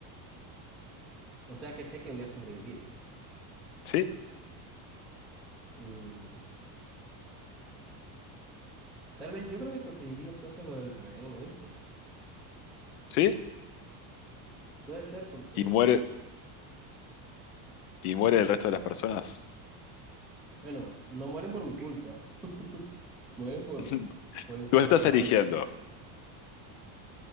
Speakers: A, in the centre; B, on the left.
A: O sea que sé que voy a sobrevivir.
B: ¿Sí?
A: Mm, Tal vez yo creo que preferiría entonces lo del rehén, ¿oíste?
B: ¿Sí?
A: Puede ser porque,
B: y muere, y muere el resto de las personas.
A: bueno, no mueren por mi culpa, <laughs> mueren por,
B: <laughs>
A: por el secuestrador.
B: Tú estás eligiendo.